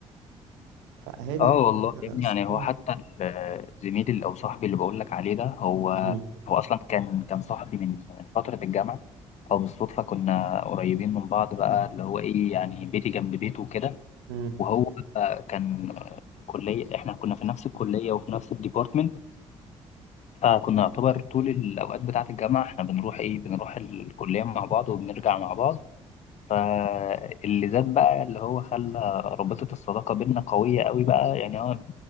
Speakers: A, on the right (about 70°); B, on the left (about 45°).
A: فهادي
B: اه والله يا ابني
A: صحابك
B: يعني هو حتى ال- زميلي اللي- او صاحبي اللي بقول لك عليه ده هو
A: مم.
B: هو اصلا كان كان صاحبي من من فتره الجامعه او بالصدفه كنا قريبين من بعض بقى اللي هو ايه يعني بيتي جنب بيته وكده
A: مم.
B: وهو آه، كان آه، في الكليه احنا كنا في نفس الكليه وفي نفس الديبارتمنت فكنا يعتبر طول الاوقات بتاعه الجامعه احنا بنروح ايه بنروح الكليه مع بعض وبنرجع مع بعض فاللي زاد بقى اللي هو خلى رابطه الصداقه بينا قويه قوي بقى يعني هو